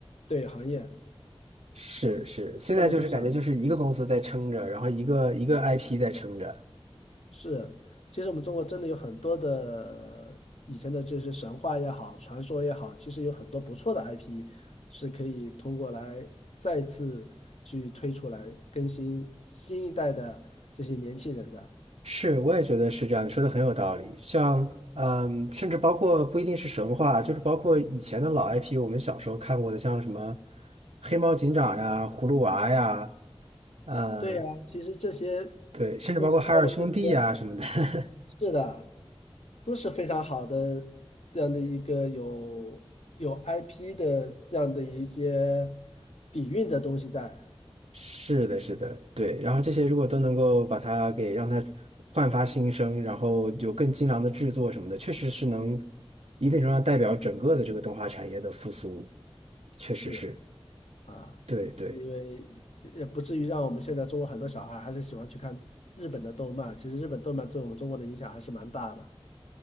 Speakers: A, on the left; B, on the right.
A: 对行业。
B: 是是，
A: 嗯，我是这么去想，
B: 现在就是感觉就是一个公司在撑着，然后一个一个 IP 在撑着。
A: 是，其实我们中国真的有很多的以前的这些神话也好，传说也好，其实有很多不错的 IP 是可以通过来再次去推出来更新新一代的这些年轻人的。
B: 是，我也觉得是这样，你说的很有道理。像，嗯，甚至包括不一定是神话，就是包括以前的老 IP，我们小时候看过的，像什么黑猫警长呀、葫芦娃呀，嗯，
A: 对呀，其实这些
B: 对，甚至包括海尔兄弟呀什么的。
A: 跟国外的这些。
B: <laughs>
A: 是的，都是非常好的这样的一个有有 IP 的这样的一些底蕴的东西在，
B: 是的，是的，对。然后这些如果都能够把它给让它焕发新生，然后有更精良的制作什么的，确实是能一定程度上代表整个的这个动画产业的复苏，确实是，
A: 是啊，
B: 对对。
A: 因为也不至于让我们现在中国很多小孩还是喜欢去看日本的动漫，其实日本动漫对我们中国的影响还是蛮大的，